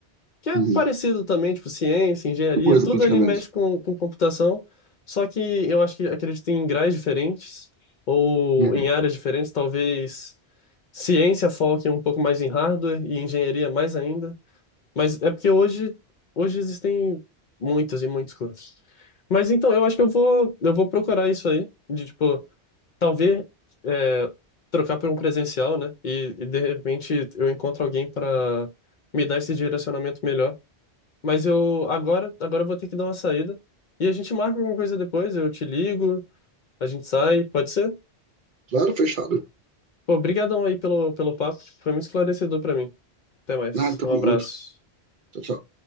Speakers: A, on the left; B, on the right.
A: que é
B: Uhum.
A: parecido também, tipo, ciência, engenharia,
B: Coisa,
A: tudo
B: praticamente.
A: ali mexe com, com computação, só que eu acho que, acredito em graus diferentes, ou
B: Uhum.
A: em áreas diferentes, talvez ciência foque um pouco mais em hardware e engenharia mais ainda. Mas é porque hoje, hoje existem muitas e muitos cursos. Mas então, eu acho que eu vou, eu vou procurar isso aí, de tipo, talvez é, trocar por um presencial, né? E, e, de repente eu encontro alguém para me dar esse direcionamento melhor. Mas eu agora, agora eu vou ter que dar uma saída. E a gente marca alguma coisa depois, eu te ligo, a gente sai, pode ser?
B: Claro, fechado.
A: Pô, brigadão aí pelo, pelo papo, foi muito esclarecedor para mim. Até mais,
B: Nada, tamo
A: um abraço.
B: junto. Tchau, tchau.